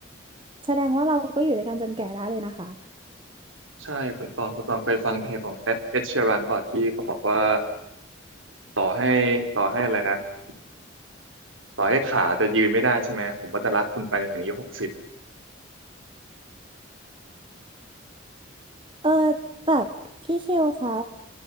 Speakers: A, on the right; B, on the right.
A: แสดงว่าเราก็อยู่ด้วยกันจนแก่ได้เลยนะคะ
B: ใช่คุณตองคุณตองเคยฟังเพลงของเอ็ดเอ็เชยรันป่ะที่เขาบอกว่าต่อให้ต่อให้อะไรนะต่อให้ขาจะยืนไม่ได้ใช่ไหมผมก็จะรักคุณไปจนถึงอายุหกสิบ
A: เออแบบพี่คิวคะ